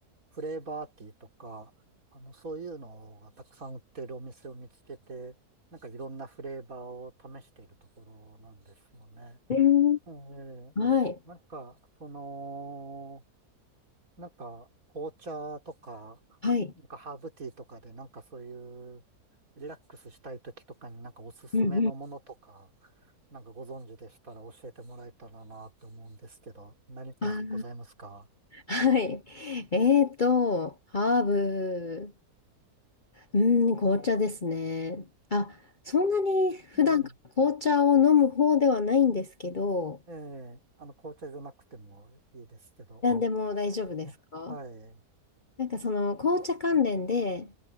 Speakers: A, on the right; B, on the left.
A: フレーバーティーとか、あの、そういうのがたくさん売ってるお店を見つけて、なんかいろんなフレーバーを試しているところなんですよね。
B: えー、
A: えー
B: はい。
A: なんか、その、なんか、紅茶とか、
B: はい。
A: なんかハーブティーとかで、なんかそういうリラックスしたい時とかになんかおすすめのものとか、
B: うんうん。
A: なんかご存知でしたら教えてもらえたらなって思うんですけど、何かございますか
B: ああ、はい。えーと、ハーブ。うん、紅茶ですね。あ、そんなに普段から紅茶を飲む方ではないんですけど、
A: ええ、ええ、あの、紅茶じゃなくてもいいですけど。
B: 何でも大丈夫ですか
A: えはい、
B: なんかその紅茶関連で、